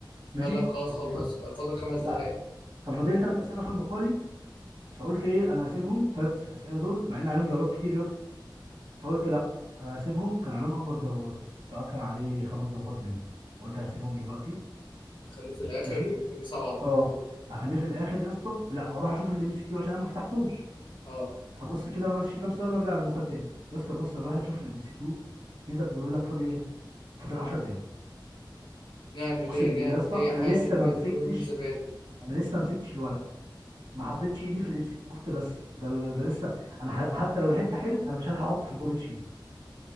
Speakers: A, on the right; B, on the left.
A: ماشي
B: قال لك خلاص
A: يكون-
B: خلص فاضل خمس
A: لا
B: دقايق
A: كان فاضل لي ثلاث اسئله في المقالي فقلت ايه انا هسيبهم ثلاث اسئله دول مع ان عليهم درجات كتير يا اسطى فقلت لا انا هسيبهم كان عليهم اكبر درجات السؤال كان عليه خمس درجات منهم قلت هسيبهم دلوقتي
B: خليه في الاخر
A: ماشي
B: يمكن يصعب على الدكتور
A: اه هخليه في الاخر يا اسطى لا واروح اشوف الام سي كيو عشان انا ما فتحتوش
B: اه
A: هبص كده ماشي كام سؤال وارجع للمقالة تاني يا اسطى بص انا رايح اشوف الام سي كيو يزك بيقول لك فاضل ايه فاضل 10 دقايق
B: نعمل
A: اقسم
B: ايه
A: بالله
B: نعمل
A: يا اسطى
B: ايه
A: انا
B: حادي
A: لسه
B: بادي
A: ما مسكتش
B: كرنب زبادي
A: انا لسه ما مسكتش الورقه ما حطيتش ايدي في الام سي كيو قلت بس ده ده لسه انا ح- حتى لو لحقت احل انا مش هلحق احط في الجوجل شيت